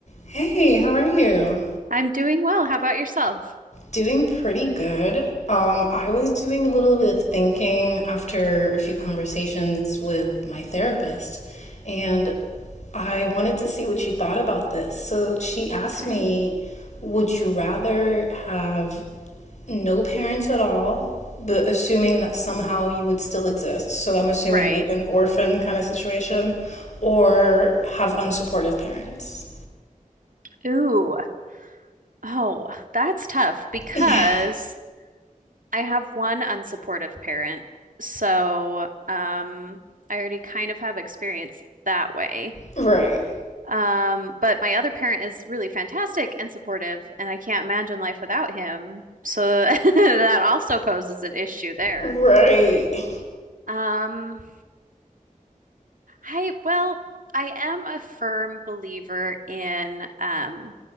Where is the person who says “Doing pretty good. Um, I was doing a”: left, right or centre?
Left